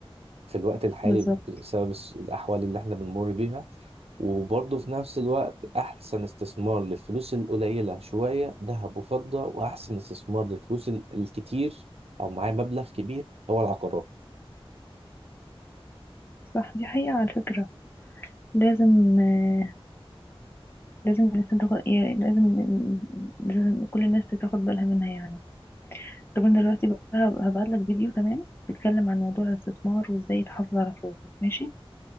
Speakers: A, on the right; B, on the left.
A: في الوقت الحالي
B: بالظبط
A: بسبب الس- الأحوال اللي احنا بنمر بيها وبرضه في نفس الوقت أحسن استثمار للفلوس القليلة شوية ذهب وفضة وأحسن استثمار للفلوس ال- الكتير أو معايا مبلغ كبير هو العقارات
B: صح دي حقيقة على فكرة لازم آه، لازم الإنسان تاخد يعني لازم لازم كل الناس تاخد بالها منها يعني طب أنا دلوقتي بقى هبعت لك فيديو تمام بيتكلم عن موضوع الاستثمار وازاي تحافظ على فلوسك ماشي